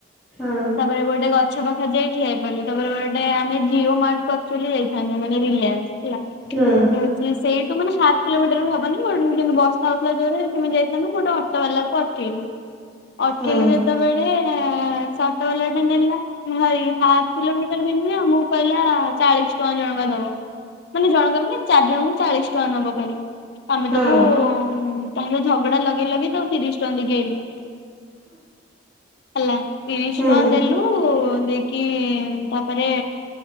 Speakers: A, in the centre; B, on the left.
A: ହୁଁ
B: ତାପରେ ଗୋଟେ ଗଛ ପାଖେ ଯାଇ ଠିଆ ହେଇପଡିଲୁ ତାପରେ ଗୋଟେ ଆମେ ଜିଓ ମାର୍ଟକୁ ଅକଚୁଆଲି ଯାଇଥାନ୍ତୁ ମାନେ ରିଲିଆନ୍ସ। ହେଲା।
A: ହୁଁ।
B: ହଉଛି ସେଇଠୁ ମାନେ ହାପ୍ କିଲୋମିଟର ହବନି କିନ୍ତୁ ବର୍ଷା ହଉଥିଲା ଜୋରରେ କେମିତି ଯାଇଥାନ୍ତୁ ଗୋଟେ ଅଟ ଅଟୋ ବାଲାକୁ ଅଟକେଇଲୁ। ଅଟକେଇଲୁ
A: ହୁଁ
B: ଯେତେବେଳେ ଏଁ ସେ ଅଟୋ ବାଲାଟା ନେଲା। ଭାଇ ହାଫ୍ କିଲୋମିଟର ବି ନୁହଁ ମୁଁ କହିଲା ଚାଳିଶ ଟଙ୍କା ଜଣକା ଦବ। ମାନେ ଜଣଙ୍କା ମାନେ ଚାରି ଜଣଙ୍କୁ ଚାଳିଶ ଟଙ୍କା ନବ କହିଲେ। ତମେ
A: ହୁଁ
B: ତାକୁ ତାହାର ଝଗଡା ଲଗେଇ ଲଗେଇ ତାକୁ ତିରିଶି ଟଙ୍କା ଦେଇକି ଆଇଲୁ। ହେଲା ତିରିଶ
A: ହୁଁ
B: ଟଙ୍କା ଦେଲୁ ଦେଇକି ତାପରେ